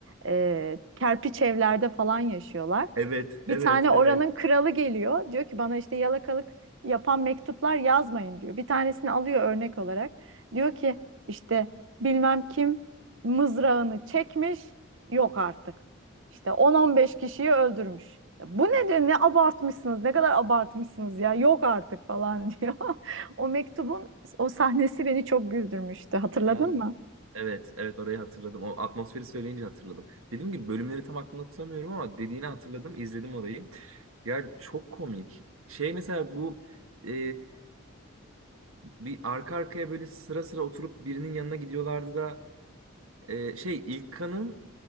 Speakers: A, on the right; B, on the right.
A: e, kerpiç evlerde falan yaşıyorlar.
B: Evet,
A: Bir
B: evet,
A: tane oranın
B: evet.
A: kralı geliyor. Diyor ki bana işte yalakalık yapan mektuplar yazmayın diyor. Bir tanesini alıyor örnek olarak. Diyor ki işte bilmem kim mızrağını çekmiş yok artık. İşte 10-15 kişiyi öldürmüş. Ya Bu ne diyor? Ne abartmışsınız? Ne kadar abartmışsınız ya? Yok artık falan diyor. <laughs> O mektubun o sahnesi beni çok güldürmüştü. Hatırladın
B: Ya
A: mı?
B: Evet, evet orayı hatırladım. O atmosferi söyleyince hatırladım. Dediğim gibi bölümleri tam aklımda tutamıyorum ama dediğini hatırladım, izledim orayı. Ya çok komik. Şey mesela bu e, bir arka arkaya böyle sıra sıra oturup birinin yanına gidiyorlardı da e, şey İlkan'ın